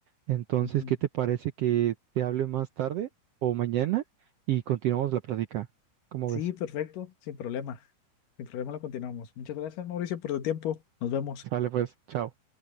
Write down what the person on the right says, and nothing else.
Entonces,
¿qué te parece que te hable más tarde o mañana y continuamos la plática? ¿Cómo
ves?
Sale pues, chao.